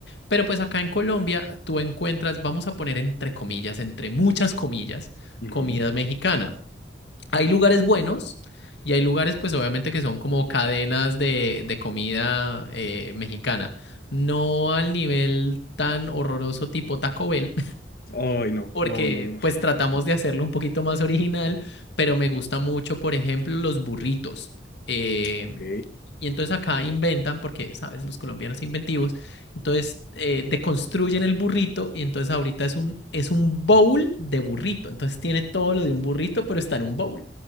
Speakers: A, on the left; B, on the left.
A: Pero pues acá en Colombia tú encuentras, vamos a poner entre comillas, entre muchas comillas,
B: Ujú.
A: comida mexicana. Hay lugares buenos y hay lugares pues obviamente que son como cadenas de, de comida eh, mexicana. No al nivel tan horroroso tipo Taco Bell,
B: Ay, no,
A: porque
B: no, no, no.
A: pues tratamos de hacerlo un poquito más original, pero me gusta mucho, por ejemplo, los burritos. Eh,
B: Ok.
A: y entonces acá inventan, porque, sabes, los colombianos inventivos, entonces eh, deconstruyen el burrito y entonces ahorita es un, es un bowl de burrito. Entonces tiene todo lo de un burrito, pero está en un bowl.